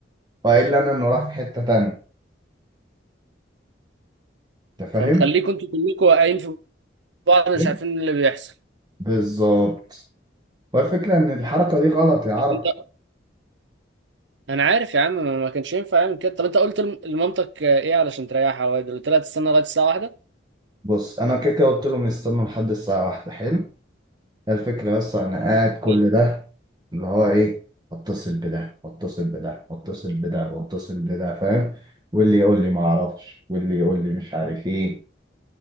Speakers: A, on the right; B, on the right.
A: وقال لي أنا إنه رايح في حتة تانية أنت فاهم؟
B: فمخليكم انتوا كلكم واقعين في بعض مش
A: فاهم؟
B: عارفين اللي بيحصل
A: بالظبط والفكرة إن الحركة دي غلط يا عرف
B: طب انت انا عارف يا عم ما ما كانش ينفع يعمل كده طب انت قلت لم- لمامتك آه، ايه علشان تريحها واد قلت لها تستنى لغايه الساعه واحدة
A: بص أنا كده كده قلت لهم يستنوا لحد الساعة واحدة حلو الفكرة بس أنا قاعد كل
B: حلو.
A: ده اللي هو إيه أتصل بده أتصل بده أتصل بده أتصل بده فاهم واللي يقول لي ما أعرفش واللي يقول لي مش عارف إيه